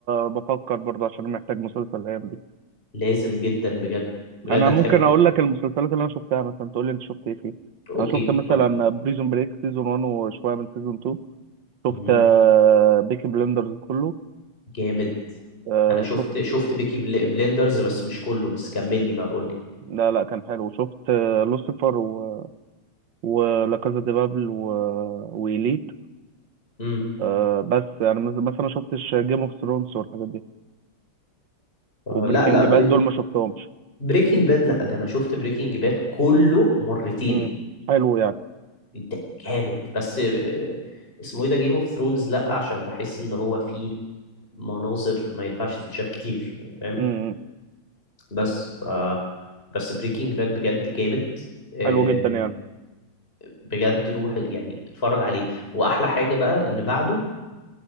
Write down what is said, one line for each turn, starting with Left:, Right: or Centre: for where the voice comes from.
Right: بفكر برضه عشان محتاج مسلسل الايام دي
Left: لازم جدا بجد بجد
Right: انا
Left: هتحبه
Right: ممكن اقول
Left: جدا
Right: لك المسلسلات اللي انا شفتها مثلا تقول لي انت شفت ايه فيه
Left: اوكي
Right: انا شفت مثلا
Left: قول
Right: بريزون بريك سيزون 1 وشويه من سيزون 2
Left: مم،
Right: شفت بيكي بلندرز كله
Left: جامد
Right: آه،
Left: انا شفت
Right: شفت
Left: شفت بيكي بل- بليندرز بس مش كله بس كمل لي بقى قول لي
Right: لا لا كان حلو شفت آه، لوسيفر و... ولا كازا دي بابل و... وإليت
Left: امم
Right: آه، بس يعني مز- مثلا ما شفتش جيم اوف ثرونز والحاجات دي
Left: آه
Right: وبريكنج
Left: لا لا
Right: باد دول ما شفتهمش
Left: بريكنج باد لا ده انا شفت بريكنج باد كله مرتين
Right: امم حلو يعني
Left: ده جامد بس آه، اسمه ايه ده جيم اوف ثرونز لا عشان بحس ان هو فيه مناظر ما ينفعش تتشاف كتير يعني فاهم
Right: امم
Left: بس ف بس بريكنج باد بجد جامد آه،
Right: حلو جدا يعني
Left: بجد روح يعني اتفرج عليه واحلى حاجة بقى ان بعده